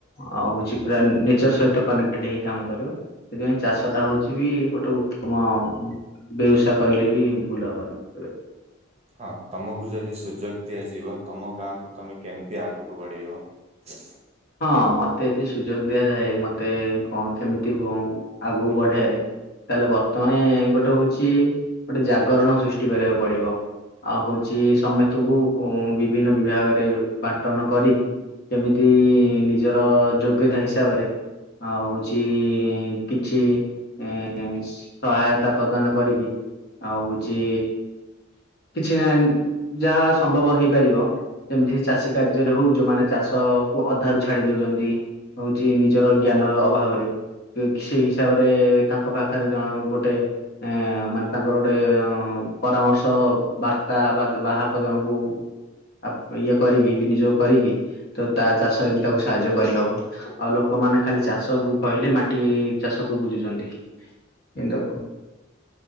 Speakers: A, on the left; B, on the right.
A: ଆଉ ହଉଛି ପୁରା ନେଚର ସହିତ କନେକ୍ଟେଡ ହେଇ କାମ କରିବ। ସେଥିପାଇଁ ଚାଷଟା ହେଉଛି ବି ଗୋଟେ ଉତ୍ତମ ମ ବ୍ୟବସାୟ କହିଲେ ବି ଭୁଲ ହବନି। ତେବେ
B: ହଁ ତମକୁ ଯଦି ସୁଯୋଗ ଦିଆଯିବ ତମ ଗାଁକୁ ତମେ କେମିତି ଆଗକୁ ବଢେଇବ? ହୁଁ!
A: ହଁ ମତେ ଯଦି ସୁଯୋଗ ଦିଆଯାଏ। ମତେ କଣ କେମିତି ଆଗକୁ ବଢେଇବାରେ ତାହେଲେ ବର୍ତ୍ତମାନ ଗୋଟେ ହେଉଛି ଗୋଟେ ଜାଗରଣ ସୃଷ୍ଟି କରିବାକୁ ପଡିବ। ଆଉ ହଉଛି ସମେସ୍ତଙ୍କୁ ବିଭିନ୍ନ ବିଭାଗରେ ବାଣ୍ଟନ କରିକି କେମିତି ନିଜର ଯୋଗ୍ୟତା ହିସାବରେ ଆଉ ହଉଛି କିଛି ଇ ସହାୟତା ପ୍ରଦାନ କରିକି ଆଉ ହଉଛି କିଛି ନା ଯାହା ସମ୍ଭବ ହେଇପାରିବ ସେମି- ଚାଷୀ କାର୍ଯ୍ୟରେ ହଉ ଯୋଉମାନେ ଚାଷକୁ ଅଧାରୁ ଛାଡି ଦେଉଛନ୍ତି। ହଉଛି ନିଜର ଜ୍ଞାନ ଅଭାବରେ <unintelligible> ସେଇ ହିସାବରେ ତାଙ୍କ ପାଖରେ ଜଣ ଗୋଟେ ଏଁ ମାନେ ତାଙ୍କର ଗୋଟେ ପରାମର୍ଶ ବାର୍ତ୍ତା ବା ବାହକ ଜଣଙ୍କୁ ଆ ଇଏ କରିକି ବିନିଯୋଗ କରିକି ତ ତା ଚାଷରେ ବି ତାକୁ ସାହାଯ୍ୟ କରିହେବ। ଆଉ ଲୋକମାନେ ଖାଲି ଚାଷ ବ କହିଲେ ମାଟି ଚାଷକୁ ବୁଝୁଛନ୍ତି। କିନ୍ତୁ